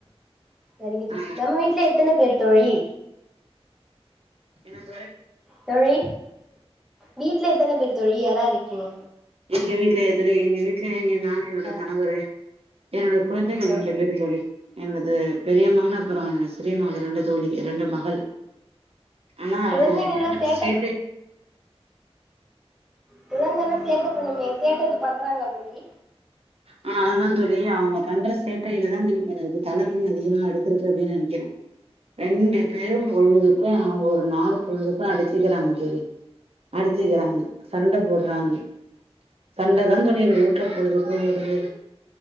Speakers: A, in the centre; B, on the right.
A: செரிங்க தோழி
B: ஆ
A: நம்ம வீட்ல எத்தன பேர் தோழி
B: என்ன சாய்
A: தோழி வீட்ல எத்தன பேர் தோழி யார்யார் இருக்கீங்க
B: எங்க வீட்ல எத்தன எங்க வீட்ல எங்க நானு என்னோட
A: ஆ
B: கணவரு என்னுடைய குழந்தைகள்
A: ஆ
B: ரெண்டு பேரு தோழி என்னது பெரிய மகளு அப்புறோ சிறிய மகளு ரெண்டு தோழி ரெண்டு மகள் ஆனா
A: குழந்தைங்கல்லா
B: அது லண்டன்
A: சேட்ட
B: ஸ்வீட்டு
A: புள்ளைங்கனா சேட்ட பண்ணுமே சேட்ட எது பண்றாங்களா தோழி
B: ஆ அதுதா தோழி அவுங்க பண்ற சேட்டையில தா தோழி இப்ப எனக்கு தல <unintelligible> அடுத்திருக்கு அப்டின்னு நெனைக்கிறே ரெண்டு பேரும் பொழுதுக்கு அவுங்க ஒரு நாலு பொழுதுக்கு அடிச்சிக்கிறாங்க தோழி அடிச்சிக்கிறாங்க சண்ட போடுறாங்க சண்ட தா தோழி எங்க வுட்டுல பொழுதுக்கு ஓடுது